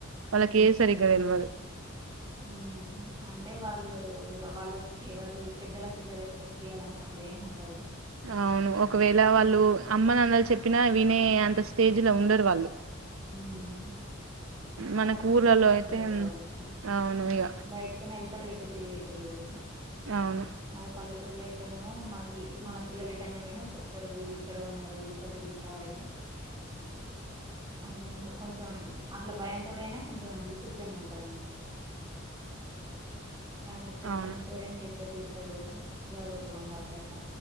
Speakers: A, on the right (about 75°); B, on the right (about 25°).
A: వాళ్ళకే
B: హ్మ్.
A: సరిగా దెల్వదు.
B: హ్మ్ అంటే వాళ్ళు ఇక వాళ్ళను ఎవరి పెద్దలకి ఇట్లా రెస్పెక్ట్ ఇయ్యాలని అట్లా ఏమి ఉండదు.
A: అవును. ఒకవేళ వాళ్ళు అమ్మని అన్నచ చెప్పినా వినే అంత స్టేజ్ లో ఉండరు వాళ్ళు.
B: హ్మ్ అక్కడ
A: మనకు
B: ఫ్రీడమ్
A: ఊర్లలో
B: వచ్చింటాది
A: అయితే
B: కదా వాళ్ళకి
A: అవును ఇగ
B: బయటకని వెళ్తారు ఎటో తిరిగే తెలియదు.
A: అవును
B: అదే పల్లెటూరులో అయితేనేమో మనకి.. మన పిల్లలు ఏటైనాపోయినా చెప్తారు వీళ్ళు ఇక్కడే ఉన్నారు, ఇట్లా తిరుగుతారు. అట్లేంకాదు కొంచం అ భయంతోటి అయిన కొంచెం డిసిప్లిన్ గ ఉంటారని ఎవరైనా చెప్తే
A: అవును
B: ముప్పై రెండు <inaudible> తిడుతారు జాగ్రత్తగ ఉండాలి అట్లా.